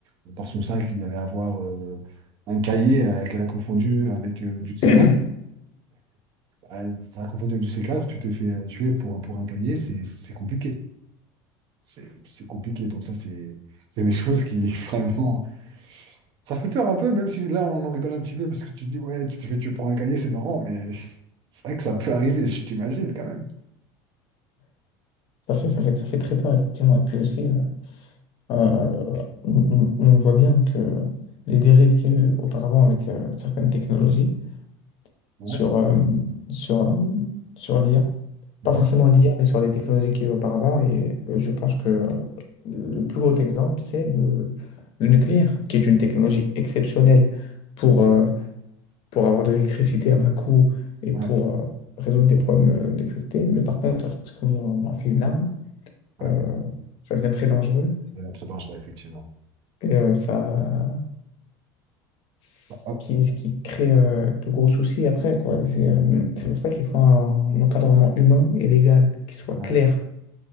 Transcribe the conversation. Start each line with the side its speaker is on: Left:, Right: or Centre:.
Right: dans son sac, il allait avoir euh, un cahier euh, qu'elle a confondu avec euh, du c
Left: <clears throat>
Right: quatre, Euh, ça a confondu avec du c quatre. tu t'es fait euh, tuer pour, pour un cahier, c'est c'est compliqué. C'est c'est compliqué. Donc ça, c'est c'est des choses qui <laughs> vraiment... Ça fait peur un peu, même si là, on en rigole un petit peu parce que tu te dis, ouais, tu t'es fait tuer pour un cahier, c'est marrant, mais c'est vrai que ça peut arriver, tu t'imagines quand même.
Left: Ça fait, ça fait, ça fait très peur, effectivement. Et puis aussi, euh, Euh, on, on- on voit bien que les dérives qu'il y a eu auparavant avec euh, certaines technologies
Right: Ouais.
Left: sur, euh, sur, euh, sur l'IA,
Right: Mhm.
Left: pas forcément l'IA, mais sur les technologies qu'il y a eu auparavant. Et euh, je pense que euh, le plus gros exemple, c'est le, le nucléaire, qui est une technologie exceptionnelle pour, euh, pour avoir de l'électricité à bas coût et
Right: Ouais.
Left: pour euh, résoudre
Right: C'est-
Left: des problèmes euh, d'électricité. Mais par contre, lorsqu'on en fait une arme,
Right: Ouais,
Left: euh, ça devient très dangereux.
Right: c'est très dangereux, effectivement.
Left: Et euh, ça. ce
Right: Ah,
Left: qui, ce qui crée euh, de gros soucis après, quoi. C'est euh, c'est pour ça qu'il faut un, encadrement humain et légal qui soit
Right: ouais.
Left: clair.